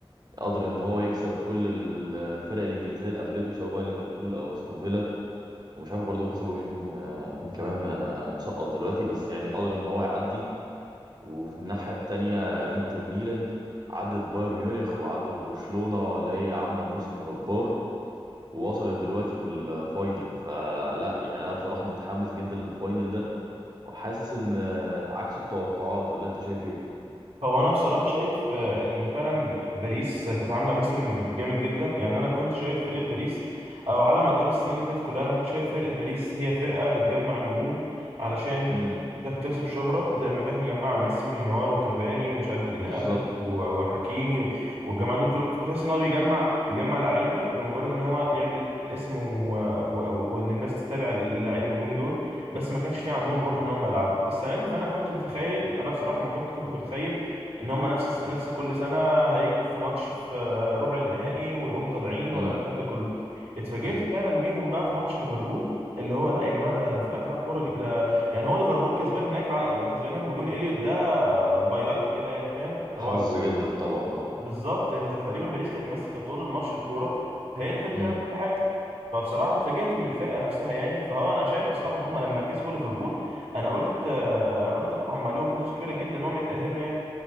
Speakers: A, on the right (about 40°); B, on the right (about 80°).
A: قدر ان هو يكسب كل الفرق الانجليزيه اللي قابلته سواء بقى ليفربول او استون فيلا ومش عارف برضه كسبوا مين آه، مين كمان انا مسقط دلوقتي بس يعني قدر ان هو يعدي وفي الناحيه التانيه انتر ميلان عدت بايرن ميونخ وعدت برشلونه اللي هي عامله موسم جبار ووصلت دلوقتي في الفاينل فلا يعني انا بصراحه متحمس جدا للفاينل ده وحاسس ان آه، عكس التوقعات ولا انت شايف ايه
B: هو انا بصراحه شايف آه، ان فعلا باريس كانت عامله موسم جامد جدا يعني انا كنت شايف فرقه باريس او على مدار السنين اللي فاتت كلها انا كنت شايف فرقه باريس هي فرقه بتجمع نجوم علشان
A: امم
B: تكتسب شهره زي ما كانت مجمعه ميسي ونيمار وكافاني ومش عارف وداني
A: بالظبط
B: الفيس و- وحكيمي و- والجماعه دول كلهم كنت حاسس ان هو بيجمع بيجمع لعيبه لمجرد ان هو يعمل اسم و... و... و- وان الناس تتابع اللع- النجوم دول بس ما كانش في عندهم روح ان هم يلعبوا السنه دي فانا كنت متخيل انا بصراحه ما كنت كنت متخيل ان هم نفس نفس كل سنه هيجوا في ماتش في ربع النهائي ويقوم طالعين ولا
A: امم
B: الكلام ده كله اتفاجئت
A: امم
B: فعلا بيهم بقى في ماتش ليفربول اللي هو لا يا جماعه ده ده فرقه بتلعب كوره ج- ده يعني هو ليفربول كسبان هناك على كسبان هناك بجون اليوت ده باي لك كده يعني فاهم
A: حظ
B: هو
A: جدا طبعا
B: بالظبط انت تقريبا باريس كانت ماسكه طول الماتش الكوره هي اللي كانت
A: اه
B: بتعمل كل حاجه فبصراحه اتفاجئت من الفرقه نفسها يعني فهو انا شايف بصراحه ان هم لما كسبوا ليفربول انا قلت انا قلت لا هم ليهم حظوظ كبيره جدا ان هم يتاهلوا يعني